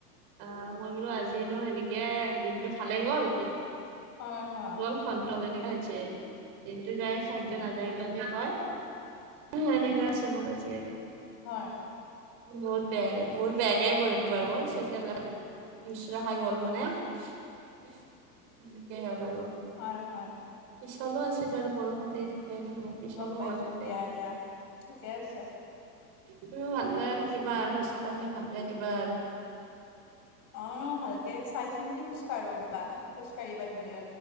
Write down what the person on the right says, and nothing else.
আ মই বোলো আজিনো এনেকে দিনটো ভালেই গ'ল।
<unintelligible> তেনেকে আছোঁ মই আজি আৰু।
বহুত বেয়াকে বহুত বেয়াকে পৰিলো বাৰু চেণ্ডেল মুচুৰা খাই গল' মানে সেনেকেইে হ'ল আৰু।
পিচলো আছিলো আৰু বৰষুণ দি। ন পিছলো
হৈ থাকে
তুমি ভালে থাকিবা আৰু সৌচ পানী ভালকে দিবা আৰু।